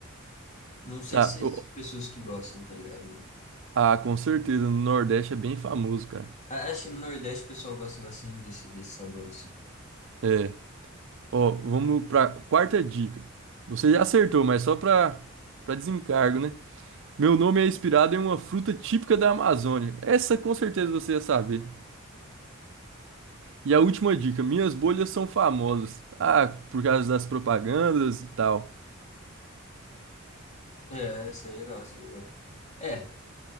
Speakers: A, on the left; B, on the right.
A: Não sei
B: Tá.
A: se existem
B: ô,
A: pessoas que gostam, tá ligado?
B: ah, com certeza. No Nordeste é bem famoso, cara.
A: A- Acho que no Nordeste o pessoal gosta bastante desse, desse sabor assim.
B: É. Ó, vamos pra quarta dica. Você já acertou, mas só pra, pra desencargo, né? Meu nome é inspirado em uma fruta típica da Amazônia. Essa com certeza você ia saber. E a última dica: minhas bolhas são famosas. Ah, por causa das propagandas e tal.
A: É, essa é legal, essa é legal. É,